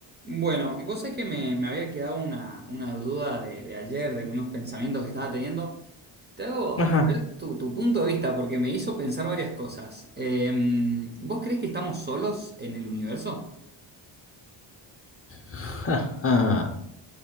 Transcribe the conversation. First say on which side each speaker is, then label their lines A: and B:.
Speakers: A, on the right; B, on the left.
A: Bueno, y vos sabés que me, me había quedado una, una duda de, de ayer, de unos pensamientos que estaba teniendo. Te hago,
B: Ajá.
A: a ver, tu, tu punto de vista, porque me hizo pensar varias cosas. Em, ¿vos creés que estamos solos en el universo?
B: <laughs> Ajá.